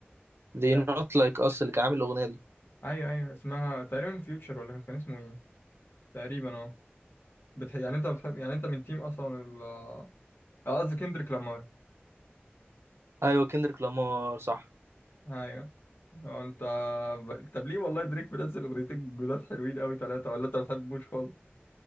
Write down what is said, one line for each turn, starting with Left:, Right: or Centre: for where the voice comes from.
Right: They
Left: تق-
Right: not like us اللي كان عامل الاغنية دي
Left: ايوه ايوه اسمها تقريبا فيوتشر ولا كان اسمه ايه تقريبا اه بتح... يعني انت بتحب يعني انت من تيم اصلا ال آه، قصدي كندريك لامار
Right: ايوه كندريك لامار صح
Left: ايوه آه، انت ب- طب ليه والله دريك منزل اغنيتين جداد حلوين قوي ثلاثه ولا انت ما بتحبوش خالص